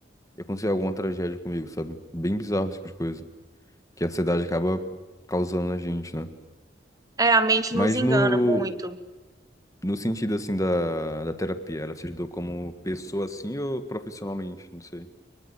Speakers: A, on the left; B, on the right.
A: ia acontecer alguma tragédia comigo, sabe? Bem bizarro esse tipo de coisa que a ansiedade acaba causando na gente, né?
B: é a mente
A: Mas
B: nos engana
A: no,
B: muito.
A: no sentido, assim, da, da terapia, ela te ajudou como pessoa, assim, ou profissionalmente? Não sei.